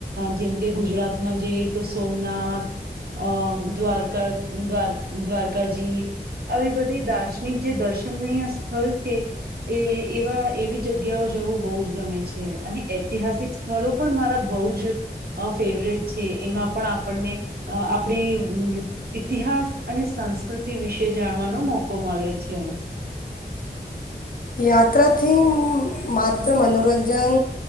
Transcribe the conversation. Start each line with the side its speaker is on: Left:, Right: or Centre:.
Right: જેમ કે ગુજરાતમાં જઈએ તો સોમનાથ અ દ્વાર કા દ્વાર દ્વારકાજી આવી બધી દાર્શનિક જે દર્શનનીય સ્થળ છે, એ એવા એવી જગ્યાઓ જવું બો જ ગમે છે અને ઐતિહાસિક સ્થળ પણ મારા બો જ ફેવરેટ છે એમાં પણ આપણને આપણી ઇતિહાસ અને સંસ્કૃતિ વિશે જાણવાનો મોકો મળે છે.
Left: યાત્રાથું માત્ર મનોરંજન